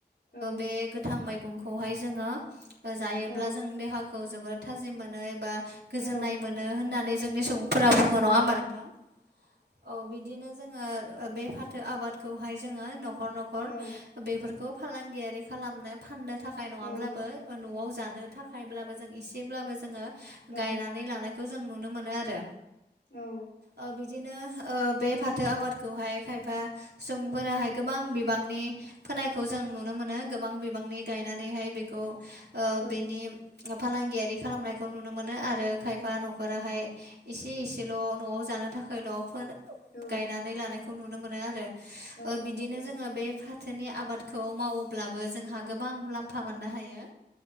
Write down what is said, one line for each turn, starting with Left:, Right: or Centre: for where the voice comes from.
Left: ओ
Right: बे गोथां मैगंखौहाय जोङो जायोब्ला
Left: औ
Right: जों देहाखौ जोबोर थाजिम मोनो एबा गोजोननाय
Left: औ
Right: मोनो होननानै जोंनि सुबुं फोरा बुङो नङा
Left: औ
Right: होनोमबा नोंथां औ बिदिनो जोङो बे फाथो आबादखौहाय जोङो न'खर न'खर
Left: औ
Right: बेफोर खौ फालांगियारि खालामनो फाननो थाखाय नङाब्लाबो
Left: औ
Right: न'आव जानो थाखायब्लाबो जों इसेब्लाबो जोङो
Left: औ
Right: गायनानै लानाय खौ जों नुनो मोनो आरो।
Left: औ
Right: ओ बिदिनो ओ बे फाथो आबादखौहाय खायफा सुबुं फोराहाय गोबां बिबांनि फोनायखौ जों नुनो मोनो गोबां बिबांनि गायनानैहाय बेखौ ओ
Left: औ
Right: बेनि फालांगियारि खालामनायखौ नुनो मोनो आरो खायफा न'खरा ओमाय एसे एसेल' न'आव जानो थाखायल' फोन
Left: औ
Right: गायनानै लानायखौ नुनो मोनो आरो
Left: औ
Right: ओ बिदिनो
Left: नंगौ
Right: जोङो बे फा थोनि आबादखौ मावोब्लाबो जोंहा गोबां मुलाम्फा मोननो हायो